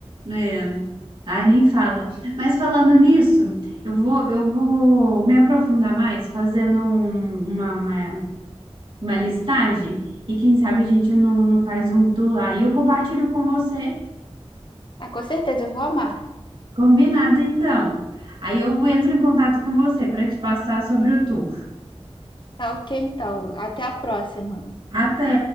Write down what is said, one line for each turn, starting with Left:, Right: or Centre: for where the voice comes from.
Right: É. Ai, nem fala. Mas falando nisso, eu vou, eu vou me aprofundar mais fazendo um- uma, uma, uma listagem e quem sabe a gente não, não faz um tour lá. E eu compartilho com você.
Left: Ah, com certeza, eu vou amar.
Right: Combinado, então. Aí eu entro em contato com você para te passar sobre o tour.
Left: Tá ok, então. Até a próxima.
Right: Até!